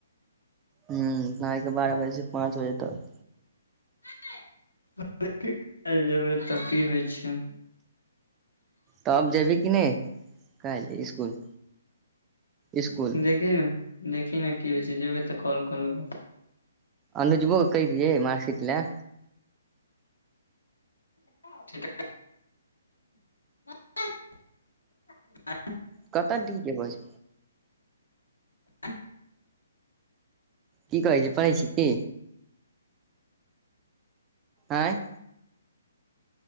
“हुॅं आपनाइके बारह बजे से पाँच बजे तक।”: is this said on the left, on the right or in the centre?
Right